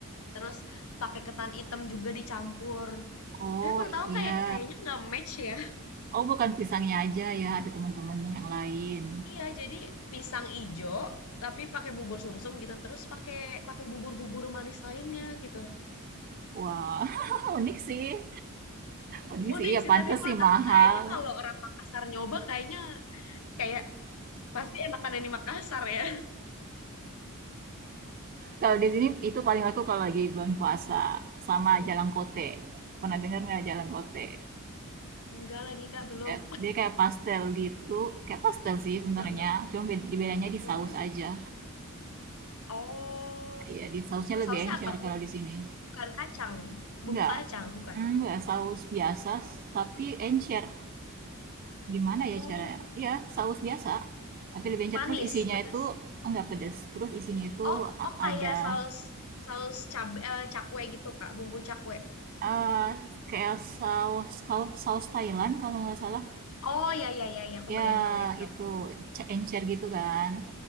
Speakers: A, on the left; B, on the right.
A: Terus pakai ketan hitam juga dicampur.
B: Oh
A: Tapi menurut aku
B: iya.
A: kayak kayaknya nggak match ya.
B: Oh bukan pisangnya aja ya, ada teman-temannya yang lain.
A: Iya, jadi pisang ijo tapi pakai bubur sumsum gitu, terus pakai pakai bubur-bubur manis lainnya gitu.
B: Wah, <laughs> unik sih. Unik
A: Unik
B: sih, ya
A: sih,
B: pantas
A: tapi menurut
B: sih mahal.
A: aku kayaknya kalau orang Makassar nyoba kayaknya kayak pasti enakan yang di Makassar ya.
B: Kalau di sini itu paling aku kalau lagi bulan puasa sama jalan kote. Pernah dengar nggak jalan kote?
A: Enggak lagi Kak, belum.
B: Kayak- Dia kayak pastel gitu, kayak pastel sih
A: <laughs>
B: sebenarnya.
A: Heeh,
B: Cuma bed- bedanya di
A: heeh.
B: saus aja.
A: Oh,
B: Iya, di sausnya
A: terus
B: lebih
A: sausnya
B: encer
A: apa?
B: kalau di sini.
A: Bukan kacang, bumbu
B: Enggak,
A: kacang, bukan.
B: enggak saus biasa, tapi encer. Gimana ya
A: Oh,
B: caranya? Iya, saus biasa, tapi lebih encer.
A: manis,
B: Terus isinya
A: pedes.
B: itu enggak pedes. Terus isinya itu
A: Oh,
B: a-
A: oh kayak
B: ada
A: saus saus cabe, eh, cakwe gitu Kak, bumbu cakwe.
B: eh, kayak saus saus saus Thailand kalau nggak salah
A: Oh ya ya ya ya, kebayang
B: Ya,
A: kebayang kebayang.
B: itu c- encer gitu kan.